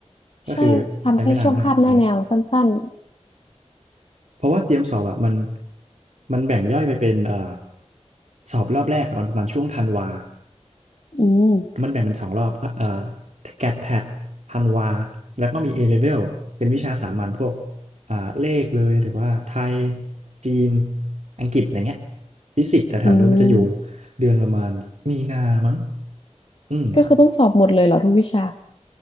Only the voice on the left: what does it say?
ใช่ทำแค่ช่วงคาบหน้าแนวสั้น
ๆอืม
อืม
ก็คือต้องสอบหมดเลยเหรอทุกวิชา